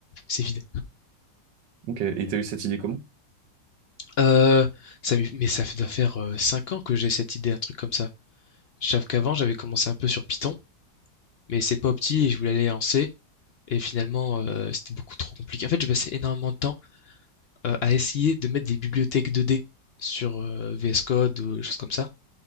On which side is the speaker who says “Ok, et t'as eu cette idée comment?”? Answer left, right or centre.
Right